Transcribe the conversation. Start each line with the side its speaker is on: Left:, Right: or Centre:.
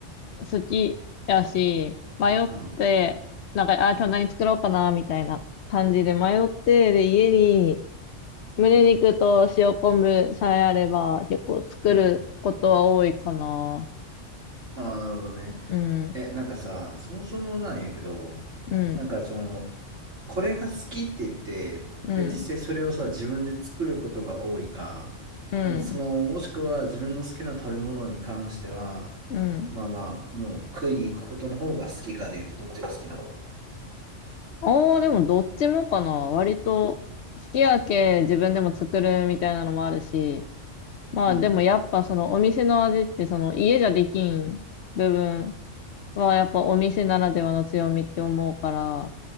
Left: 好きやし、迷って、
Right: うん。
Left: なんか、あ、今日何作ろうかな、みたいな感じで迷って、で、家に胸肉と塩昆布さえあれば、結構作ることは多いかな。
Right: うん。ああ、なるほどね。
Left: うん、
Right: え、なんかさ、そもそもなんやけど、
Left: うん、
Right: なんかその、これが好きって言って、
Left: うん、
Right: で、実際それをさ、自分で作ることが多いか、
Left: うん、
Right: もうその、もしくは自分の好きな食べ物に関しては、
Left: うん。
Right: まあまあ、もう食いに行くことの方が好きかで言うと、どっちが好きなの
Left: ああ、でもどっちもかな。割と、すき焼き自分でも作るみたいなのもあるし、まあでもやっぱそのお店の味ってその家じゃできん部分
Right: うんうん。
Left: はやっぱお店ならではの強みって思うから、